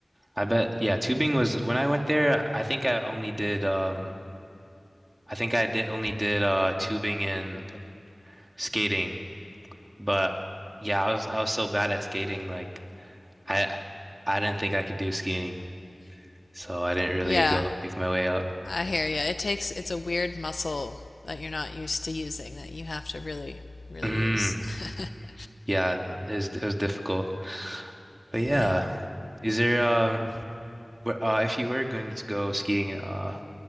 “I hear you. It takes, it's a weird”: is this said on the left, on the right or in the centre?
Left